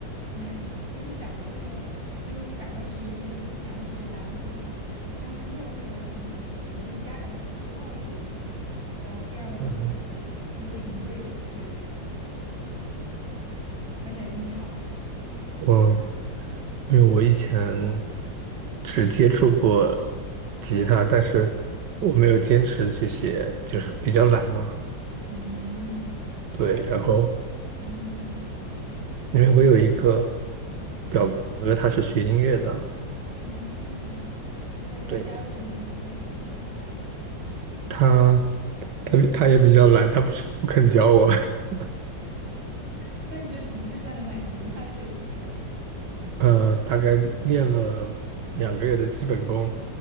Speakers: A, on the right; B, on the right.
A: 哎，其实小的时候就想要学乐器，想要学打鼓嘛，但是那个时候可能首先家长不知道这个乐器，然后第二呢就是也挺贵的，
B: 嗯
A: 学这个，而且还挺吵的。
B: 我因为我以前只接触过吉他，但是我没有坚持去写，就是比较懒嘛。
A: 嗯，
B: 对，
A: 但是
B: 然后
A: 嗯，
B: 因为我有一个
A: 那你嗯你说
B: 表哥，他是学音乐的，
A: 哦，所以他教了你一些和弦啥的，
B: 对，他他他也比较懒，他不是不肯教我。<laughs>
A: 所以你就停滞在了买吉他这一步是吧？
B: 呃，大概练了两个月的基本功，